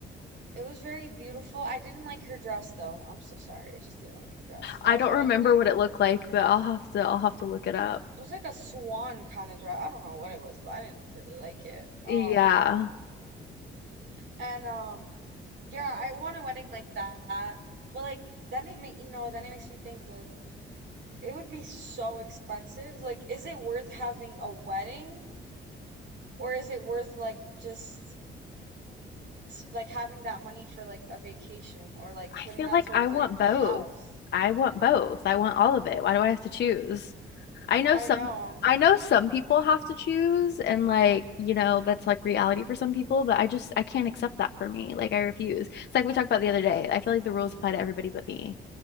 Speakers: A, on the right (about 65°); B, on the left (about 60°).
A: it was very beautiful. I didn't like her dress though. I'm so sorry. I just didn't like her dress. That
B: I
A: was
B: don't
A: the only
B: remember
A: thing I didn't.
B: what it looked
A: like.
B: like, but I'll have to I'll have to look it up.
A: It was like a swan kind of dress. I don't know what it was, but I didn't really like it.
B: Yeah.
A: Um, and um, yeah, I want a wedding like that. But like then it may, you know, then it makes me think like it would be so expensive. Like, is it worth having a wedding or is it worth like just like having that money for like a vacation or like
B: I
A: putting
B: feel
A: that
B: like
A: towards
B: I want
A: like
B: both.
A: a house.
B: I want both. I want all of it. Why do I have to choose? I know
A: I
B: some
A: know.
B: I know some people have to choose and like, you know, that's like reality for some people, but I just I can't accept that for me. Like I refuse. It's like we talked about the other day. I feel like the rules apply to everybody but me.